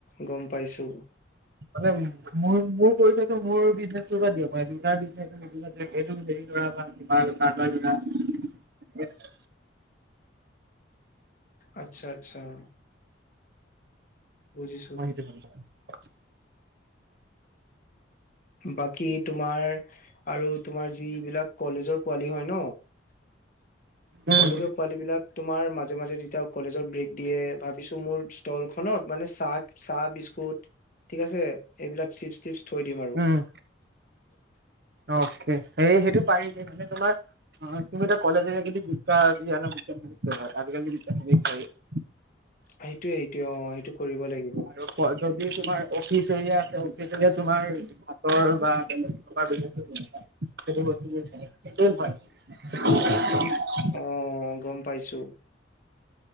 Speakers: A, on the left; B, on the right.
A: গম পাইছোঁ।
B: মানে মোৰ, মোৰ পৰিচয়টো মোৰ বিজনেচ পৰা দিব পাৰে, দেউতাৰ - এই হেৰি লৰা বা কিবা কাৰোবাৰ লৰা-
A: আচ্ছা'-আচ্ছা' অঁ'। বুজিছো
B: <unintelligible>
A: বাকী তোমাৰ আৰু তোমাৰ যিবিলাক কলেজৰ পোৱালি হয় ন'- <unintelligible>
B: উম
A: কলেজৰ পোৱালী বিলাক তোমাৰ মাজে মাজে যেতিয়া কলেজত ব্ৰেক দিয়ে ভাবিছো মোৰ- ষ্টল খনত মানে চাহ, চাহ বিস্কুট ঠিক আছে এইবিলাক চিপছ টিপছ থৈ দিম আৰু।
B: উমঁ।
A: <unintelligible>
B: অকে, সেই সেইটো পাৰিম এ মানে তোমাৰ অঁ তুমি এতিয়া কলেজে যদি <unintelligible> আজিকালি <unintelligible>
A: সেইটোৱে সেইটোৱে অঁ' সেইটো কৰিব লাগিব।
B: আৰু যদি তোমাৰ অফিচ এৰিয়া আছে অফিচ এৰিয়াত তোমাৰ হাতৰ বা তেনে <unintelligible>
A: <unintelligible>
B: <unintelligible>
A: অঁ' গম পাইছোঁ।